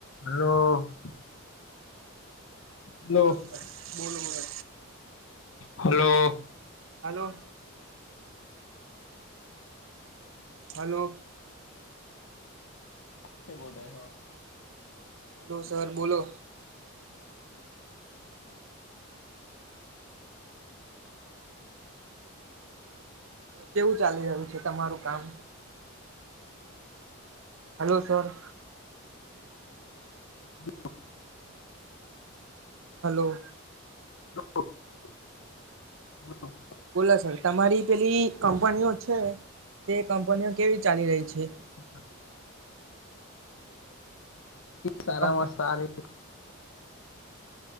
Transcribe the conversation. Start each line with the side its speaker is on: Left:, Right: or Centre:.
Left: hello Hello.
Right: બોલો Sir બોલો બોલો
Left: હલો
Right: હલો હલો
Left: કે બોતાય હ
Right: હલો સર બોલો હ કેવું ચાલી રહ્યું છે તમારું કામ હલો સર
Left: <inaudible>
Right: હલો
Left: <unintelligible>
Right: બોલો સર તમારી પેલી કંપનીઓ છે તે કંપનીઓ કેવી ચાલી રહી છે
Left: હા સારામાં
Right: કંપ
Left: સારી